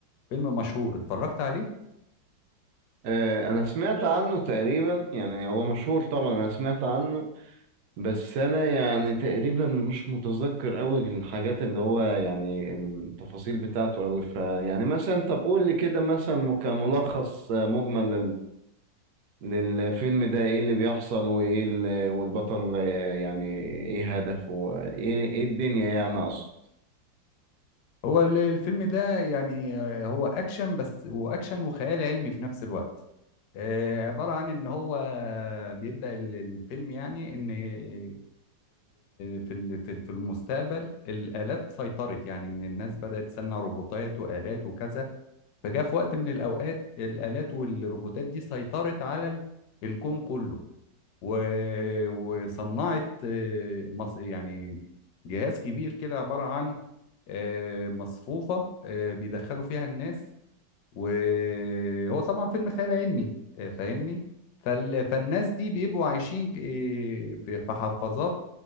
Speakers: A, on the left; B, on the right.
A: فيلم مشهور اتفرجت عليه
B: أه انا سمعت عنه تقريبا يعني هو مشهور طبعا انا سمعت عنه بس انا يعني تقريبا مش متذكر قوي الحاجات اللي هو يعني التفاصيل بتاعته قوي فيعني مثلا طب قول لي كده مثلا كملخص مجمل للفيلم ده ايه اللي بيحصل وايه اللي والبطل آه، يعني ايه هدفه وايه ايه الدنيا يعني اقصد
A: هو ال- الفيلم ده يعني آه، هو اكشن بس واكشن وخيال علمي في نفس الوقت آه، عبارة عن إن هو بيبدأ ال- الفيلم يعني إن ال- في ال- في في المستقبل الآلات سيطرت يعني إن الناس بدأت تصنع روبوتات وآلات وكذا فجاء في وقت من الأوقات الآلات والروبوتات دي سيطرت على ال- الكون كله و- وصنعت آه، مص- يعني جهاز كبير كده عبارة عن آه، مصفوفة آه، بيدخلوا فيها الناس وهو طبعا فيلم خيال علمي آه، فاهمني فال... فالناس دي بيبقوا عايشين ك- آه، في في حفاظات